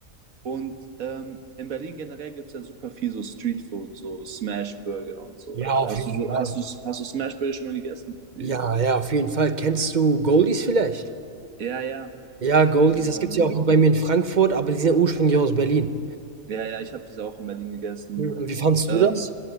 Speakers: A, on the right; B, on the right.
A: Und ähm, in Berlin generell gibt es ja super viel so Streetfood, so Smashburger und so
B: Ja,
A: weiter.
B: auf
A: Hast
B: jeden
A: du so,
B: Fall.
A: hast du, hast du Smashburger schon mal gegessen? Die-
B: Ja, ja, auf jeden Fall. Kennst du Goldies vielleicht?
A: Ja, ja,
B: Ja, Goldies,
A: genau
B: das gibt's
A: die.
B: ja auch hier bei mir in Frankfurt, aber die sind ja ursprünglich aus Berlin.
A: Ja, ja, ich habe das auch in Berlin gegessen.
B: Mhm, Wie fandst
A: Ähm,
B: du das?